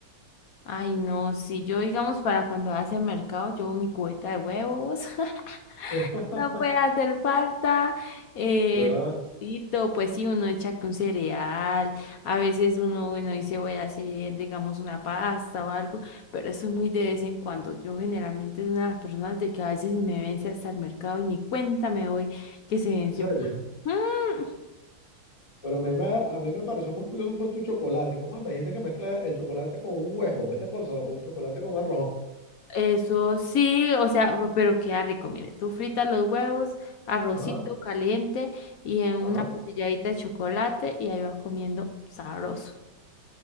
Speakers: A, on the left; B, on the left.
A: Ay, no, si yo, digamos, para cuando hace el mercado, llevo mi cubeta de huevos. <laughs>
B: <laughs>
A: No puede hacer falta. eh,
B: Ya,
A: El arrocito, pues sí, uno echa que un cereal. A veces uno, bueno, dice voy a hacer, digamos, una pasta o algo, pero eso es muy de vez en cuando. Yo generalmente es una de las personas de que a veces se me vence hasta el mercado y ni cuenta me doy que se venció.
B: en serio.
A: Mm,
B: Pero a mí, me, a mí me pareció muy curioso fue tu chocolate. ¿Cómo me dijiste que mezclas el chocolate con un huevo? <laughs> Es la cosa, o un chocolate con arroz.
A: Eso sí, o sea, bu- pero queda rico, mire, tú fritas los huevos, arrocito
B: Ajá,
A: caliente y en una
B: ajá.
A: puntilladita de chocolate y ahí vas comiendo sabroso.